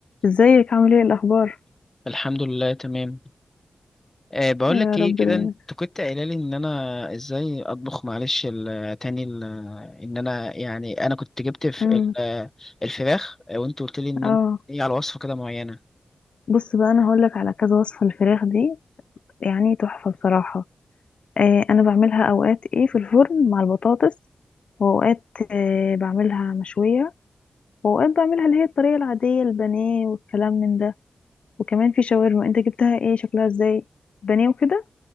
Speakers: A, on the left (about 65°); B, on the left (about 15°).
A: ازيك عامل ايه الاخبار
B: الحمد لله تمام أه بقول
A: يا
B: لك
A: رب
B: ايه كده
A: دايما
B: انت كنت قايله لي ان انا ازاي اطبخ معلش ال- تاني ال- ان انا يعني انا كنت جبت في
A: امم
B: ال- آه، الفراخ آه، وانت قلت لي ان
A: اه
B: انت ايه على وصفه كده معينه
A: بص بقى انا هقولك على كذا وصفه الفراخ دي يعني تحفه بصراحه آه انا بعملها اوقات ايه في الفرن مع البطاطس واوقات آه بعملها مشويه واوقات بعملها اللي هي الطريقه العاديه البانيه والكلام من ده وكمان في شاورما انت جبتها ايه شكلها ازاي بانيه وكده